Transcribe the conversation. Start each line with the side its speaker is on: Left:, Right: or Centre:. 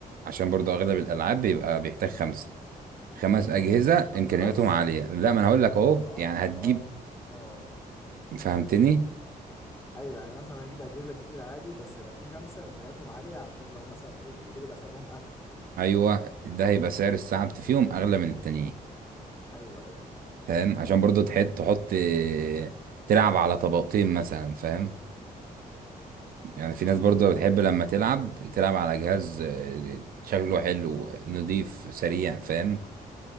Right: عشان برضو أغلب الألعاب بيبقى بيحتاج خمسة خمس أجهزة
Left: خمسه
Right: إمكانياتهم
Left: بس
Right: عالية لا ما أنا هقول لك أهو
Left: اه
Right: يعني هتجيب
Left: اه اه
Right: فهمتني
Left: ايوه يعني مثلا هجيب اجهزه كتير عادي بس هيبقى في خمسه امكانياتهم عاليه عشان لو مثلا ايه دول يبقى سعرهم اغلى
Right: أيوه ده هيبقى سعر الساعة بت- فيهم أغلى من التانيين
Left: ايوه ايوه
Right: فاهم عشان برضو تحط تحط آه، تلعب على طبقتين مثلا فاهم يعني في
Left: اه
Right: ناس برضو بتحب لما تلعب تلعب على جهاز آه، شكله حلو نضيف سريع فاهم